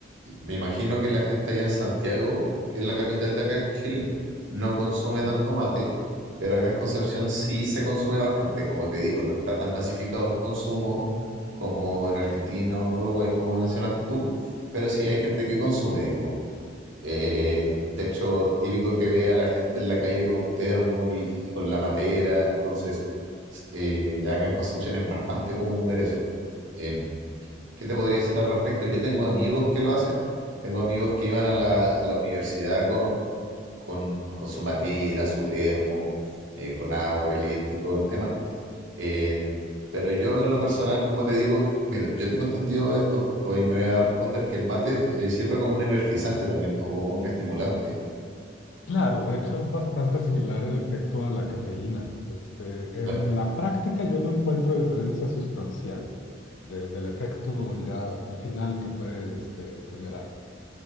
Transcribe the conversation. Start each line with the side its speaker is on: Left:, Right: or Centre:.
Right: me imagino que la gente allá en Santiago, que es la capital de acá en Chile, no consume tanto mate, pero acá en Concepción sí se consume bastante. Como te digo, no está tan masificado el consumo como en Argentina o en Uruguay, como mencionaste tú, pero sí hay gente que consume, digamos. Eh, de hecho, típico que vea a la gente en la calle con un termo y, y con la matera. Entonces, eh, acá en Concepción es bastante común ver eso. Em, ¿qué te podría decir al respecto? Yo tengo amigos que lo hacen. Tengo amigos que iban a la, a la universidad con, con, con su matera, su termo, eh, con agua caliente y todo el tema. Eh, pero yo en lo personal, como te digo, mira, yo tengo entendido esto, tú ahí me vas a responder que el mate eh, sirve como un energizante también o como un estimulante.
Left: Claro, de hecho es bastante similar el efecto a la cafeína. Este,
Right: Cla-
Left: en la práctica yo no encuentro diferencia sustancial de- del efecto ya final que puede este, generar.